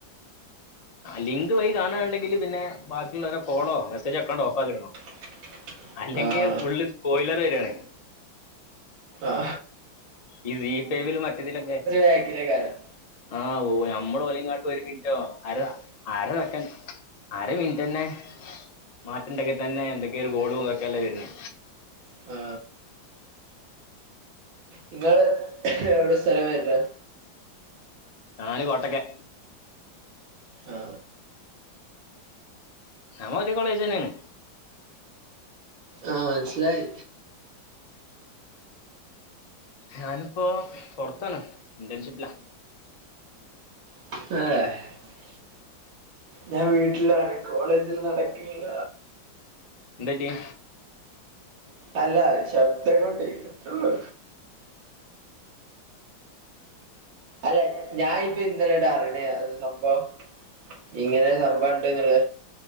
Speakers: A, on the left; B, on the right.
A: ലിങ്ക് വഴി കാണുണ്ടെങ്കിൽ പിന്നെ ബാക്കിയുള്ളവരെ കോളോ മെസ്സേജ് ഒക്കാണ്ട് ഓപ്പ് ആാക്കിടണോ
B: <inaudible>
A: അല്ലെങ്കിൽ
B: ആഹ്
A: ഫുള്ള് സ്പോയിലർ വരാണ്
B: ആ
A: ഈ ബി ടീമിലും മറ്റേതിലൊക്കെ
B: ബാക്കിലേക്കാരം
A: ആ ഓ നമ്മൾ ഓലങ്ങാട്ട് ഒരു മിനിറ്റോ അരസെകൻ്റ്അര മിനിറ്റ് തന്നെ മാറ്റ്ണ്ടങ്കി തന്നെ എന്തൊക്കെയ ഒരു ഗോളും ഇതൊക്കെല്ല വരണ്
B: ആ നിങ്ങള് എവിടെ സ്ഥലം വരുന്നെ
A: ഞാന് കോട്ടക്കൽ
B: ആ
A: നമ്മേ ഒരേ കോളേജ് തന്നെയാണ്
B: ആ മനസിലായി
A: ഞാനിപ്പോ പുറത്താണ് ഇന്റേൺഷിപ്പിലാ
B: <unintelligible> ഞാൻ വീട്ടിലാണ് കോളേജിൽ നടക്കില്ല
A: എന്തറ്റ്യെ
B: അല്ല ശബ്ദക്കോട്ടേ എത്രള്ളു അല്ല ഞാൻ ഇപ്പൊ ഇന്നലെ ഇറണേ അത് സംഭവം ഇങ്ങനെ സംഭവ ഇണ്ട്ന്നുള്ള